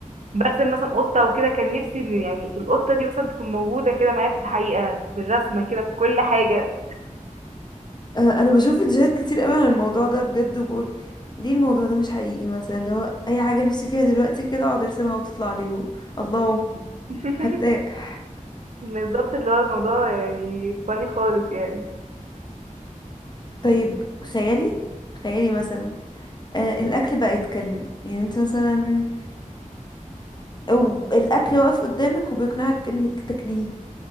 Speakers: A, on the right; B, on the left.
A: برسم مثلا قطه وكده كان نفسي ان يعني القطه دي مثلا تكون موجوده كده معايا في الحقيقه بالرسمه كده بكل حاجه
B: آه، انا بشوف فيديوهات كتير قوي عن الموضوع ده بجد وبقول ليه الموضوع ده مش حقيقي مثلا لو اي حاجه نفسي فيها دلوقتي كده اقعد ارسمها وتطلع لي و... الله
A: <laughs>
B: هرتاح
A: بالظبط اللي هو الموضوع يعني فاني خالص يعني
B: طيب خيالي خيالي مثلا آه الاكل بقى يتكلم يعني انت مثلا او الاكل واقف قدامك وبيقنعك انك تاكليه